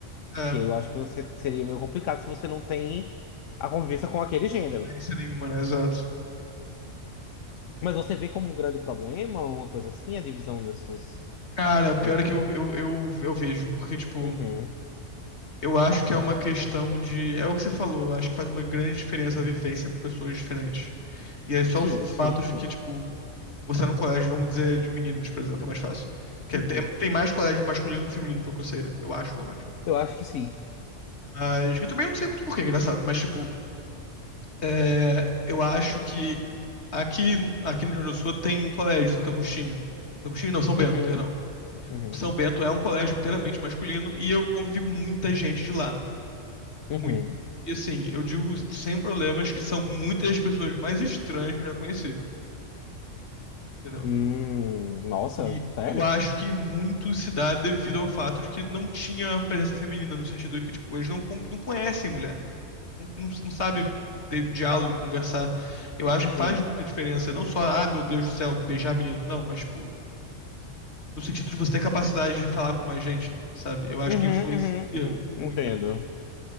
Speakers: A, on the left; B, on the left.
A: É,
B: Que aí eu acho que você seria meio complicado se você não tem a convivência com aquele gênero.
A: diferença nenhuma, né? Exato.
B: Mas você vê como um grande problema, uma coisa assim, a divisão dessas
A: Cara, o pior
B: das-
A: é que eu, eu, eu, eu vejo, porque, tipo,
B: Uhum.
A: Eu acho que é uma questão de. É o que você falou, eu acho que faz uma grande diferença a vivência com pessoas diferentes. E aí, só
B: Sim,
A: o f- o
B: isso
A: fato
B: aí sim.
A: de que, tipo, você é num colégio, vamos dizer, de meninos, por exemplo, que é mais fácil. Que
B: Uhum.
A: é- tem, tem mais colégio masculino que feminino, pelo que eu sei, né? Eu acho, pelo menos.
B: Eu acho que sim.
A: Mas eu também não sei muito porquê, engraçado. Mas, tipo, é, eu acho que aqui, aqui no Rio Grande do Sul tem um colégio, Santo Agostinho. Santo Agostinho, não, São Bento,
B: Uhum,
A: perdão.
B: uhum,
A: São Bento é um colégio inteiramente masculino e eu convivi com muita gente de lá.
B: uhum.
A: Muito. E assim, eu digo sem problemas que são muitas das pessoas mais estranhas que eu já conheci, entendeu?
B: Hum, nossa,
A: E
B: sério?
A: eu acho que muito se dá devido ao fato de que não tinha presença feminina, no sentido de que, tipo, eles não, con- não conhecem mulher, não, não, não sabe ter um diálogo, conversar. Eu acho
B: Uhum,
A: que faz muita diferença, não só, ah, meu Deus do céu, beijar a menina, não, mas, tipo, no sentido de você ter capacidade de falar com mais gente, sabe? Eu acho
B: uhum,
A: que influencia
B: uhum, uhum.
A: muito,
B: Entendo.
A: muito.